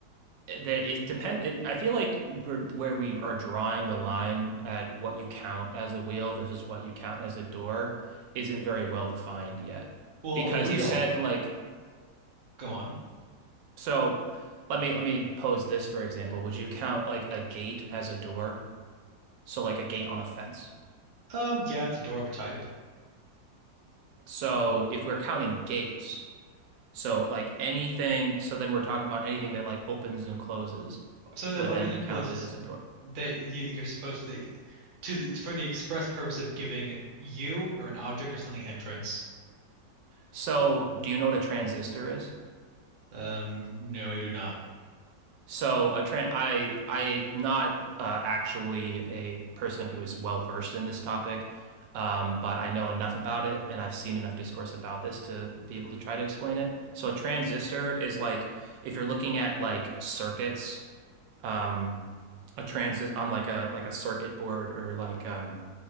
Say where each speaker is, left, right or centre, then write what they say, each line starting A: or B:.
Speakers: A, on the right; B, on the right.
A: it- there it depend it, I feel like we're, where we are drawing the line at what you count as a wheel versus what you count as a door isn't very well defined yet.
B: Well,
A: Because
B: a wheel,
A: you said like
B: go on.
A: so let me let me pose this for example. Would you count like a gate as a door? So like a gate on a fence.
B: Um, yeah, it's a door of a type.
A: So if we're counting gates, so like anything, so then we're talking about anything that like opens and closes
B: Something
A: would
B: that opens
A: then be
B: and
A: counted
B: closes
A: as a door.
B: that you, you're supposed to to the for the express purpose of giving you or an object or something entrance.
A: So, do you know what a transistor is?
B: Um, no, I do not.
A: So, a tran I I'm not uh, actually a person who is well versed in this topic, um, but I know enough about it, and I've seen enough discourse about this to be able to try to explain it. So, a transistor is like if you're looking at like circuits, um, a transist on like a like a circuit board or like um,